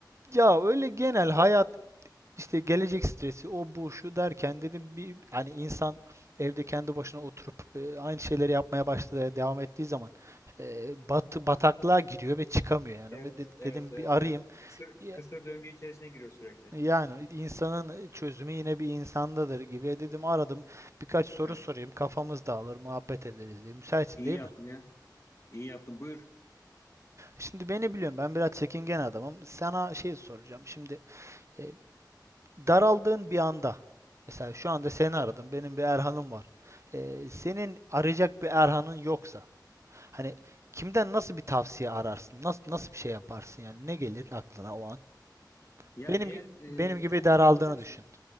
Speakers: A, on the right (about 40°); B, on the left (about 40°).
A: ya öyle genel hayat İşte gelecek stresi, o bu şu derken dedim bir hani insan evde kendi başına oturup e, aynı şeyleri yapmaya başladı devam ettiği zaman e, bat- bataklığa giriyor ve çıkamıyor yani.
B: Evet,
A: Ve de-
B: evet,
A: dedim
B: evet,
A: bir arayayım.
B: evet. Kısır,
A: Ya-
B: kısır döngü içerisine giriyor sürekli.
A: Yani insanın çözümü yine bir insandadır gibi E, dedim aradım. Birkaç soru
B: Evet.
A: sorayım. Kafamız dağılır, muhabbet ederiz diye. Müsaitsin
B: İyi
A: değil
B: yaptın
A: mi?
B: ya. İyi yaptın. Buyur.
A: Şimdi beni biliyorum. Ben biraz çekingen adamım. Sana şey soracağım. Şimdi e, daraldığın bir anda mesela şu anda seni aradım. Benim bir Erhan'ım var. Ee, senin arayacak bir Erhan'ın yoksa hani kimden nasıl bir tavsiye ararsın? Nasıl nasıl bir şey yaparsın yani? Ne gelir aklına o an?
B: Ya
A: Benim
B: eğer
A: gibi benim
B: e,
A: gibi
B: çok
A: daraldığını
B: bunaldıysın,
A: düşün.